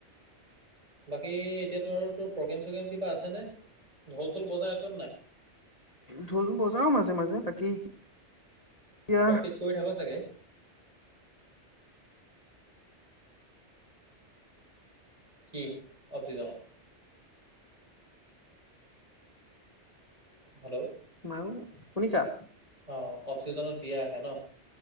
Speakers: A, on the right; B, on the left.
A: বাকী এতিয়াতো আৰু তোৰ প্ৰগ্ৰেম চগ্ৰেম কিবা আছে নে, ঢোল চোল বজাই আছ
B: ঢোল বজাও মাজে, মাজে বাকী এতিয়া
A: প্ৰেক্টিচ কৰি থাক' চাগে? কি। <unintelligible> হেল্ল'
B: মাৰু, শুনিছা?
A: অ', অফচিজনত বিয়া আহে নহ?